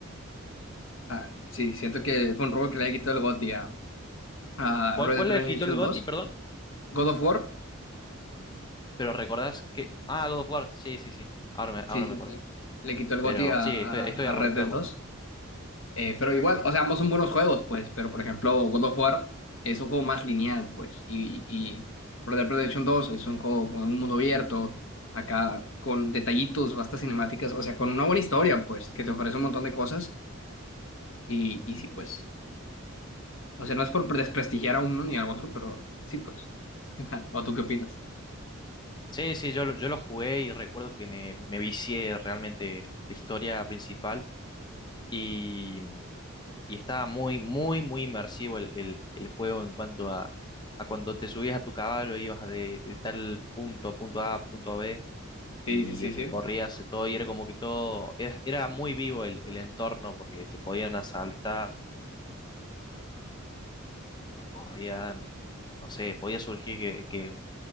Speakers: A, on the left; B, on the left.
A: Ah, sí, siento que fue un robo que le quitó el GOTY a, a
B: ¿Cuál,
A: Red
B: cuál
A: Dead Redemption
B: le quitó el GOTY,
A: dos
B: perdón?
A: God of War,
B: Pero recordás que... Ah, God of War, sí, sí, sí. Ahora me,
A: sí,
B: ahora
A: sí,
B: me acuerdo.
A: sí. Le quitó el GOTY
B: Pero
A: a,
B: sí,
A: a,
B: estoy, estoy de
A: a
B: acuerdo,
A: Red
B: estoy
A: Dead
B: de
A: dos
B: acuerdo.
A: Eh, pero igual, o sea, ambos son buenos juegos, pues. Pero por ejemplo, God of War es un juego más lineal, pues. Y, y Red Dead Redemption dos es un juego con un mundo abierto, acá con detallitos, vastas cinemáticas, o sea, con una buena historia, pues, que te ofrece un montón de cosas. Y, y sí, pues. O sea, no es por desprestigiar a uno ni a otro, pero sí, pues. <laughs> ¿O tú qué opinas?
B: Sí, sí, yo, lo- yo lo jugué y recuerdo que me, me vicié realmente la historia principal y, y estaba muy, muy, muy inmersivo el, el- el juego en cuanto a, a cuando te subías a tu caballo, ibas de, de tal punto, punto A, punto B y
A: Sí, sí, sí,
B: recorrías
A: sí.
B: todo y era como que todo, era, era muy vivo el, el entorno porque te podían asaltar, podían, no sé, podía surgir que, que